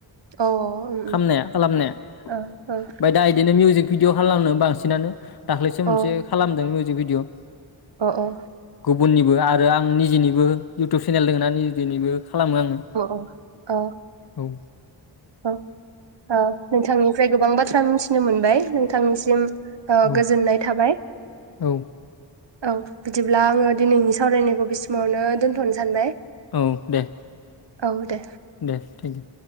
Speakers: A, on the right; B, on the left.
A: ओ अ उम
B: खामनाया खालामनाया
A: उम
B: <unintelligible> दा इदिनो मिउजिक भिदिअ खालामनो बांसिनानो दाख्लैसो मोनसे
A: ओ
B: खालामदों मिउिक बि <unintelligible>
A: अ औ।
B: गुबुननिबो आरो आं निजेनिबो इउटुब चेनेल दोंना निजेनिबो खालामो आंङो
A: अ अ
B: औ <inaudible>
A: औ औ नोंथांनिफ्राय गोबां बाथ्रा मिथिनो मोनबाय नोंथांनिसिम ओ
B: औ
A: गोजोननाय थाबाय
B: औ
A: औ बिदिब्ला आंङो दिनैनि सावरायनायखौ बेसिमावनो दोन्थनो सानबाय।
B: औ दे
A: औ दे।
B: दे थेंक इउ।